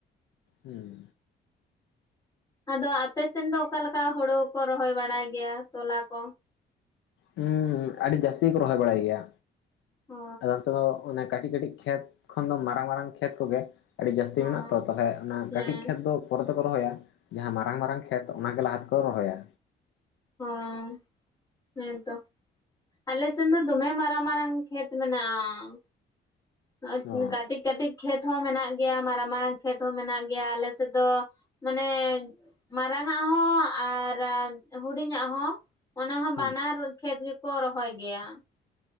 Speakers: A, on the left; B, on the left.
A: ᱦᱩᱸ᱾
B: ᱟᱫᱚ ᱟᱯᱮᱥᱮᱱ ᱫᱚ ᱚᱠᱟᱞᱮᱠᱟ ᱦᱳᱲᱳ ᱠᱚ ᱨᱚᱦᱚᱭ ᱵᱟᱲᱟᱭ ᱜᱮᱭᱟ ᱛᱚᱞᱟ ᱠᱚ?
A: ᱦᱩᱸ ᱟᱹᱰᱤ ᱡᱟᱹᱥᱛᱤ ᱠᱚ ᱨᱚᱦᱚᱭ ᱵᱟᱲᱟᱭ ᱜᱮᱭᱟ
B: ᱚ
A: ᱟᱫᱚ ᱚᱱᱛᱮ ᱫᱚ ᱚᱱᱟ ᱠᱟᱹᱴᱤᱡ ᱠᱟᱹᱴᱤᱡ ᱠᱷᱮᱛ ᱠᱷᱚᱱ ᱫᱚ ᱢᱟᱨᱟᱝ ᱢᱟᱨᱟᱝ ᱠᱷᱮᱛ ᱠᱚᱜᱮ ᱟᱹᱰᱤ ᱡᱟᱹᱥᱛᱤ
B: ᱚ
A: ᱢᱮᱱᱟᱜ ᱛᱚ ᱛᱟᱦᱞᱮ ᱚᱱᱟ
B: ᱦᱮᱸ
A: ᱠᱟᱹᱴᱤᱡ ᱠᱷᱮᱛ ᱫᱚ ᱯᱚᱨᱮ ᱛᱮᱠᱚ ᱨᱚᱦᱚᱭᱟ, ᱡᱟᱦᱟᱸ ᱢᱟᱨᱟᱝ ᱢᱟᱨᱟᱝ ᱠᱷᱮᱛ ᱚᱱᱟᱱᱟ ᱜᱮ ᱞᱟᱦᱟ ᱛᱮᱠᱚ ᱨᱚᱦᱚᱭᱟ᱾
B: ᱦᱚᱸ, ᱦᱮᱸᱛᱚ, ᱟᱞᱮ ᱥᱮᱱ ᱫᱚ ᱫᱚᱢᱮ ᱢᱟᱨᱟᱝ ᱢᱟᱨᱟᱝ ᱠᱷᱮᱛ ᱢᱮᱱᱟᱜᱼᱟ,
A: ᱚ
B: ᱠᱟᱴᱤᱡ ᱠᱟᱹᱴᱤᱡ ᱠᱷᱮᱛ ᱦᱚᱸ ᱢᱮᱱᱟᱜ ᱜᱮᱭᱟ ᱢᱟᱨᱟᱝ ᱢᱟᱨᱟᱝ ᱠᱷᱮᱛ ᱦᱚᱸ ᱢᱮᱱᱟᱜ ᱜᱮᱭᱟ, ᱟᱞᱮ ᱥᱮᱫ ᱫᱚ ᱢᱟᱱᱮ ᱢᱟᱨᱟᱝ ᱟᱜ ᱦᱚᱸ, ᱟᱨ ᱦᱩᱰᱤᱧᱟᱜ ᱦᱚᱸ, ᱚᱱᱟ ᱦᱚᱸ
A: ᱦᱩᱸ
B: ᱵᱟᱱᱟᱨ ᱠᱷᱮᱛ ᱜᱮᱠᱚ ᱨᱚᱦᱚᱭ ᱜᱮᱭᱟ᱾